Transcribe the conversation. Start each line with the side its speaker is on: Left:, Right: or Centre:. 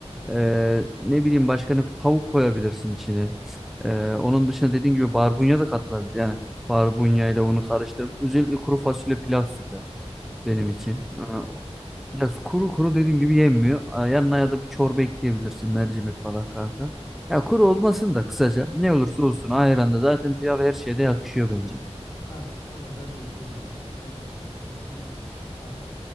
Centre: Ee,
Left: Hı hı.
Centre: ne bileyim başka ne tavuk koyabilirsin içine. Ee,
Left: Çok
Centre: onun
Left: güzel.
Centre: dışında dediğin gibi barbunya da katılabilir. Yani barbunya ile onu karıştırıp özellikle kuru fasulye pilav süper benim için.
Left: Evet kesinlikle.
Centre: Ee, ya kuru kuru dediğim gibi yenmiyor. Ee, yanına ya da bir çorba ekleyebilirsin mercimek falan kanka. Ya kuru olmasın da kısaca ne olursa olsun ayranda zaten pilav her şeyde yakışıyor bence.
Left: Kanka ama bence bir şey diyeyim. Bak ben şunu düşünüyorum. Abi